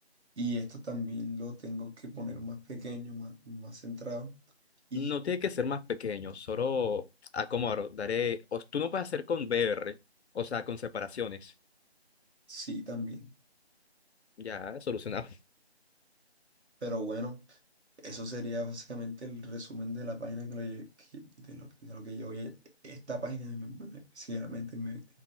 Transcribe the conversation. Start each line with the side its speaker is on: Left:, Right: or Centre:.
Right: Y esto también lo tengo que poner más pequeño, más, más centrado. Y
Left: No tiene que ser más pequeño, solo acomodaré. Daré, o tú no puedes hacer con BR, o sea, con separaciones.
Right: sí, también.
Left: Ya, solucionado.
Right: Pero bueno, eso sería básicamente el resumen de la página que lo, lle- que- de lo, de lo que yo oye. Esta página, me- me- sinceramente, me